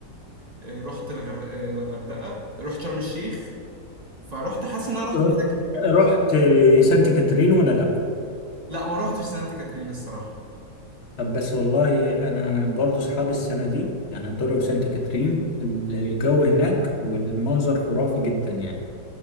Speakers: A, on the right; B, on the left.
A: آه، رحت الغر... آه، الغردقه رحت شرم الشيخ فرحت حاسس ان انا رحت
B: رحت
A: حتت كتير
B: رحت
A: في مصر
B: سانت كاترين ولا لا
A: لا ما رحتش سانت كاترين الصراحه
B: طب بس والله انا برضو اصحابي السنة دي يعني طلعوا سانت كاترين الجو هناك والمنظر خرافي جدا يعني